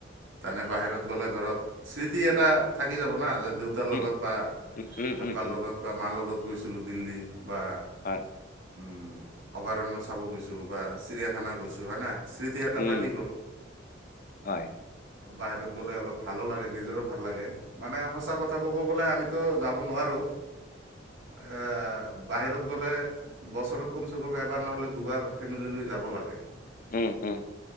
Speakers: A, on the right (about 85°); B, on the left (about 45°).
A: তানে বাহিৰত গ'লে ধৰক স্মৃতি এটা থাকি যাব ন যে দেউতাৰ লগত
B: উম
A: বা
B: উম উম
A: আব্বা
B: উম উম উম
A: লগত বা মাৰ লগত গৈছিলোঁ দিল্লী বা উম
B: হয়
A: অভয়াৰণ্য চাব গৈছো বা চিৰিয়াখানা গৈছো হয় না স্মৃতি এটা
B: উম
A: থাকি গ'ল।
B: হয়
A: বাহিৰত গ'লে অলপ ভালো লাগে নিজৰো ভাল লাগে মানে সঁচা কথা ক'ব গ'লে আমিতো যাব নোৱাৰো। হয় <unintelligible> বাহিৰত গ'লে বছৰত কমচে কম এবাৰ নহ'লে দুবাৰ ফেমিলিলৈ যাব লাগে।
B: উম উম।